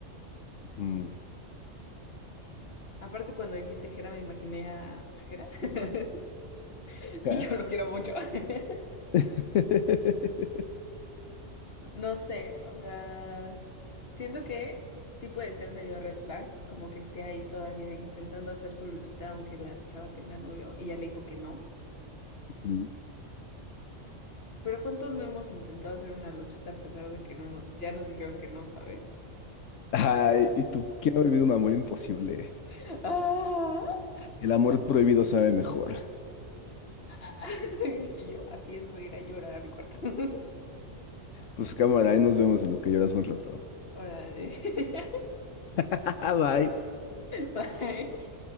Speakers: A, on the left; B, on the left.
A: Mm,
B: Aparte, cuando dijiste Jera, me imaginé a Jera. <laughs>
A: Ja.
B: Y yo lo quiero mucho. <laughs>
A: <laughs>
B: No sé, o sea, siento que sí puede ser medio red flag, como que esté ahí todavía intentando hacer su luchita, aunque la chava tenga novio y ya le dijo que no.
A: mm.
B: Pero ¿cuántos no hemos intentado hacer una luchita a pesar de que no, no- ya nos dijeron que no, ¿sabes?
A: Ay, ¿y tú quién ha vivido un amor imposible?
B: <laughs> ¡Ah!
A: El amor prohibido sabe mejor.
B: <laughs> Y yo, así es, voy a ir a llorar a mi cuarto. <laughs>
A: Pues cámara, ahí nos vemos en lo que lloras un rato.
B: Ahora, <laughs>
A: <laughs> Bye.
B: bye.